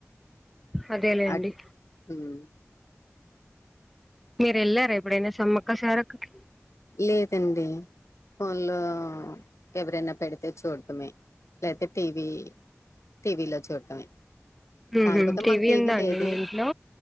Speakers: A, in the centre; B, on the left (about 80°).
A: అదేలేండి
B: అట్ ఉమ్.
A: మీరు ఎళ్లారా ఎప్పుడైనా సమ్మక్క సారక్కకి
B: లేదండి ఫోన్లో ఎవరైనా పెడితే చూడటమే లేతే టీవీ టీవీలో చూటమే
A: ఊహు
B: కాకపోతే మాకు టీవీ
A: ఉందా అండి
B: లేదు
A: మీ ఇంట్లో